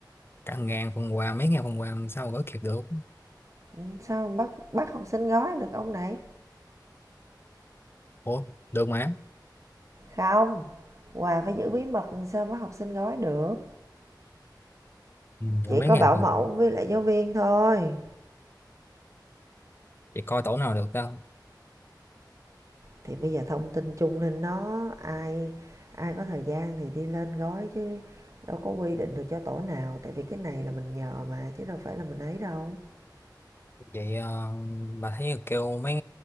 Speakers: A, on the left; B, on the right.
A: cả ngàn phần quà mấy ngàn phần quà làm sao mà gói kịp được
B: Ừ, sao ông bắt bắt học sinh gói được ông này
A: ủa được mà
B: không quà phải giữ bí mật làm sao bắt học sinh gói được
A: ừ, giờ
B: chỉ
A: mấy
B: có
A: ngàn
B: bảo
A: phần
B: mẫu với lại giáo viên thôi
A: thì coi tổ nào được ta
B: thì bây giờ thông tin chung lên đó ai ai có thời gian thì đi lên gói chứ đâu có quy định được cho tổ nào tại vì cái này là mình nhờ mà chứ đâu phải là mình ấy đâu
A: vậy ờ, bà thấy kêu mấy